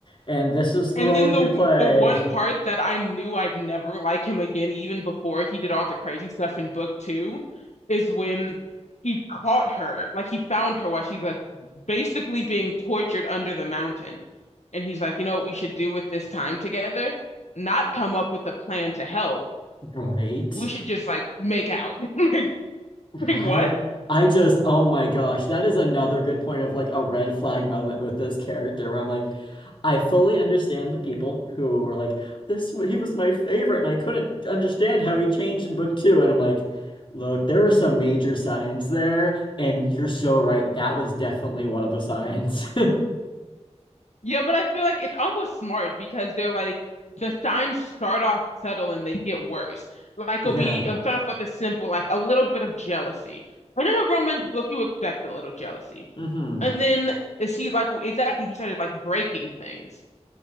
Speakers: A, on the left; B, on the left.
A: and this is the
B: And
A: role
B: then
A: you
B: the
A: play.
B: the one part that I knew I'd never like him again, even before he did all the crazy stuff in book two, is when he caught her. Like he found her while she's like basically being tortured under the mountain. And he's like, you know what we should do with this time together? Not come up with a plan to help
A: Right?
B: we should just like make out. <laughs> like,
A: Right?
B: what?
A: I just, oh my gosh, that is another good point of like a red flag moment with this character where I'm like, I fully understand the people who were like, this, he was my favorite, and I couldn't understand how he changed in book two. And I'm like, look, there were some major signs there, and you're so right. That was definitely one of the signs. <laughs>
B: Yeah, but I feel like it's almost smart because they're like the signs start off subtle and they get worse. Like
A: Yeah.
B: it'll be it'll start off with a simple like a little bit of jealousy. And in a romance book, you expect a little jealousy.
A: hmm
B: And then is he like exactly he started like breaking things.